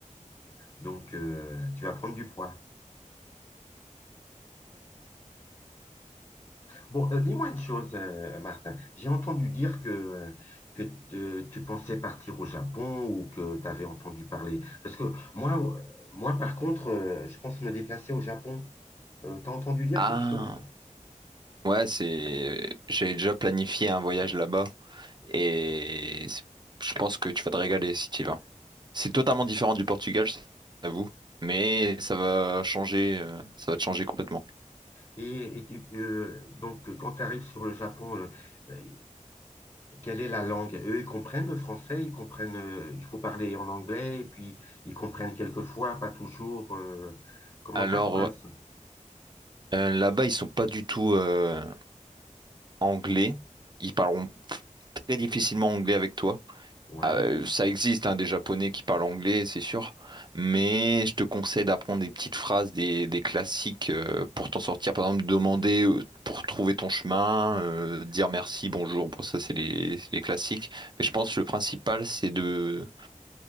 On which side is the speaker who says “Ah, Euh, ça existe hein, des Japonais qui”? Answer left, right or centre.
Right